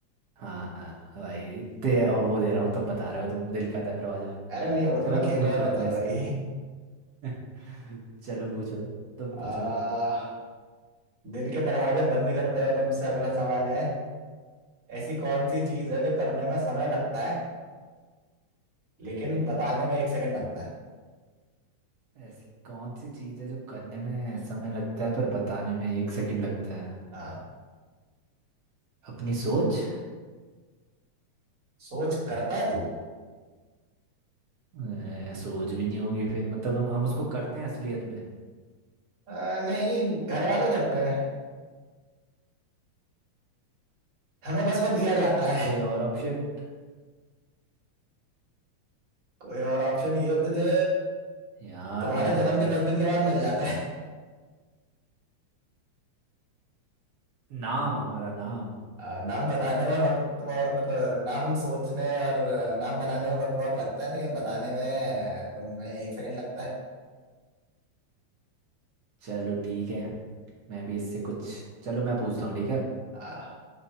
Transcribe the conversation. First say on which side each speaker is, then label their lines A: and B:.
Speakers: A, on the right; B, on the right.
A: हाँ हाँ, भाई इतने और वो दे रहा हूँ तब बता रहे हो तुम दिल का दरवाजा
B: नहीं वो
A: चलो
B: तो मैं
A: तुम
B: खेल
A: पूछो
B: रहा था तेरे
A: अब
B: साथ
A: मेरे
B: भाई
A: से <laughs> चलो पूछो तुम
B: आ
A: पूछो अब
B: दिल के दरवाजे बंद करता है तुमसे अगला सवाल है ऐसी कौन सी चीज है जो करने में समय लगता है लेकिन
A: ठीक है
B: बताने में एक सेकंड लगता है
A: ऐसी कौन सी चीज़ है जो करने में समय लगता है पर बताने में एक सेकंड लगता है
B: हाँ
A: अपनी सोच
B: सोच करता है तू
A: अ, सोच भी नहीं होगी फिर मतलब हम, हम उसको करते हैं असलियत में
B: अ, नहीं घर वाले करते हैं हमें बस वो दिया जाता है
A: कोई और ऑप्शन
B: कोई और ऑप्शन ये तुझे
A: यार
B: तुम्हारे जन्म
A: हम
B: के दस दिन के बाद मिल जाता है
A: नाम हमारा नाम
B: अ, नाम बताने में वक्त बहुत- मतलब नाम सोचने और नाम बनाने में वक्त बहुत लगता है लेकिन बताने में तुम्हें एक सेकंड लगता है
A: चलो ठीक है मैं भी इससे कुछ चलो मैं पूछता हूँ ठीक है
B: आ,